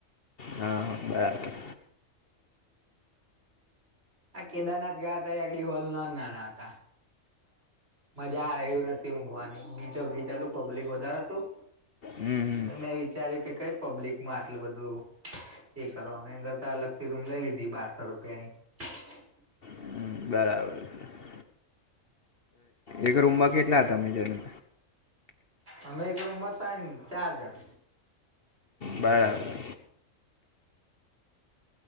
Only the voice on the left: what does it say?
હા હા બરાબર.
હમ
હમ બરાબર એક રૂમમાં કેટલા હતા તમે જન.
બરાબર